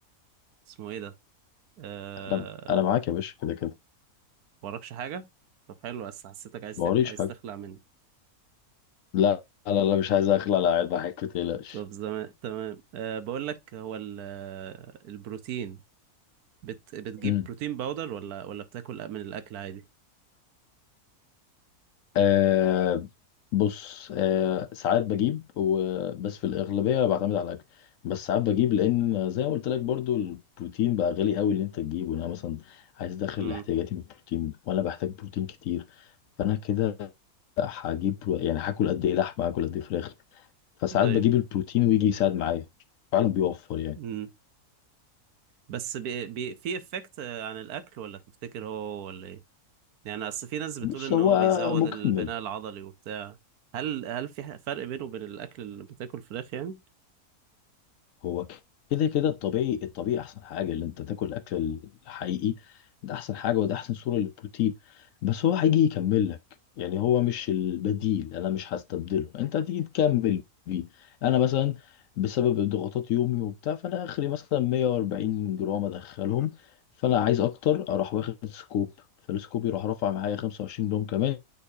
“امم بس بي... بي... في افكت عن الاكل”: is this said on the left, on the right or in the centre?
Right